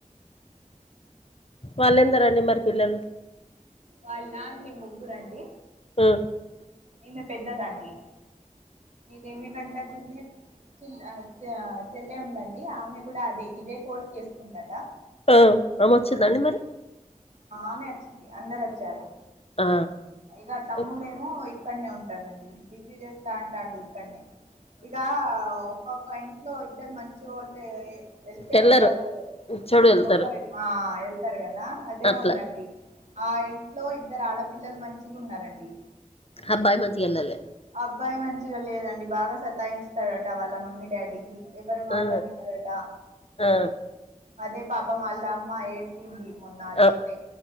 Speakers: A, on the left; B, on the right.
A: వాళ్లెందరండీ మరి పిల్లలు
B: వాళ్ళ అండి ముగ్గురండి
A: ఉ
B: ఈమె పెద్దదండి ఇదేమ కంట చిన్న చిల్ చెల్లె ఉందండి ఆమె కూడా అదే ఇదే కోర్స్ చేస్తుందట
A: ఆ ఆమె వచ్చిందండి మరి
B: ఆమె వచ్చింది అందరు వచ్చారు
A: ఆ
B: ఇక తమ్ముడేమో
A: అచ్చా
B: ఇక్కడనే ఉంటారండి డిగ్రీ చేస్తుంటాడు ఇక్కనే ఇకా ఆ ఒక్కొక్క ఇంట్లో ఇద్దరు మంచి వాళ్ళు వెళ్తే
A: ఎల్లరు
B: ఒకరు
A: ఇచ్చోడు వెళ్తారు
B: ఒకరు ఆ వెళ్తారు కదా అదే
A: అట్లా
B: ఉందండి ఆ ఇంట్లో ఇద్దరు ఆడపిల్లలు మంచిగా ఉన్నారండి
A: అబ్బాయి మంచిగా ఎళ్లాలే
B: అబ్బాయి మంచిగా లేదండి బాగా సతాయిస్తాడట వాళ్ళ మమ్మీ డాడీ ఎవరు మాట
A: ఆ
B: వినదటా
A: ఆ
B: అదే పాపం వాళ్ల అమ్మా ఏ డ్చింది మొన్న వస్తె
A: ఆ